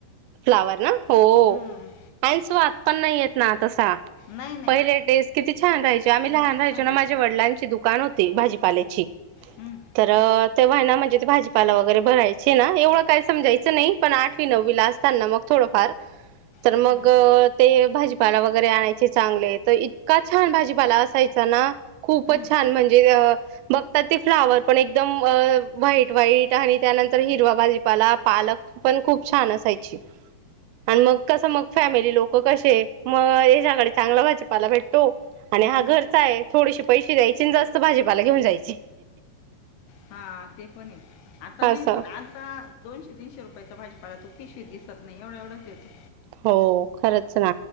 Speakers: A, on the right (about 85°); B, on the left (about 75°).
A: फ्लावर ना हो
B: हं,
A: आणि स्वाद पण नाही येत ना तसा.
B: नाही नाही
A: पहिले टेस्ट किती छान राहायचे आम्ही
B: ते
A: लहान
B: ते
A: राहायचोना
B: छान राहायचे
A: माझ्या वडलांची दुक दुकान होती भाजीपाल्याची
B: हम्म,
A: तर तेव्हा ना म्हणजे ते भाजीपाला वगैरे भरायचे ना एवढं काय समजायचं नाही पण आठवी नववी ला अस तांना मग थोडंफार तर
B: हम्म,
A: मग ते भाजीपाला वगैरे आणायचे चांगले तर इतका छान भाजीपाला अस असायचा ना खूपच
B: हम्म,
A: छान म्हणजे अ बघतात ते फ्लावर पण एकदम व्हाईट व्हाईट आणि त्यानंतर हिरवा भाजीपाला पालक पण खूप छान असायची. आणि मग कसं मग फॅमिली लोक कशे मग याच्याकडे चांगला भाजीपाला भेटतो आणि हा
B: हम्म.
A: घरचा आहे थोडीशी पैसे द्यायचे आणि जास्त भाजीपाला घेऊन जायचे.
B: हा ते पण आता नाही
A: असं
B: पण आता दोनशे तीनशे रुपयाचा भाजीपाला तो पिशवीत दिस त नाही एवढा एवढाच येतो.
A: हो खरंच ना.